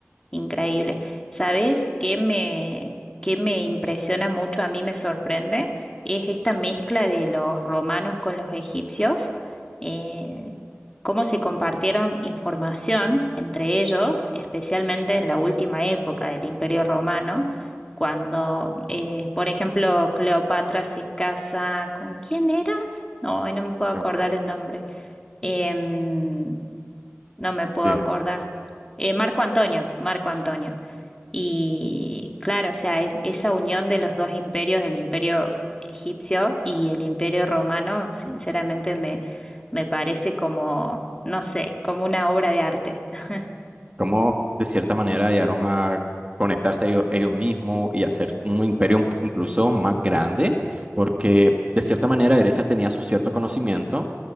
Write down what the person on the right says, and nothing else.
No,
Sí.
cómo de cierta manera llegaron a conectarse ellos, ellos mismos y hacer un imperio un- incluso más grande, porque de cierta manera Grecia tenía su cierto conocimiento,